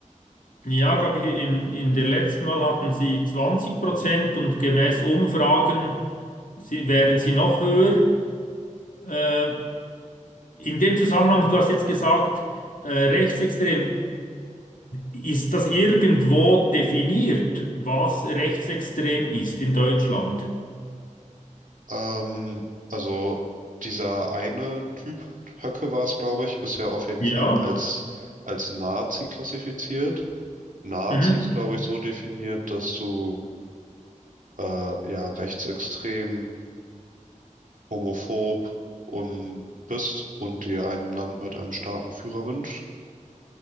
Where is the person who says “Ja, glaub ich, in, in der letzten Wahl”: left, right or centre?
Left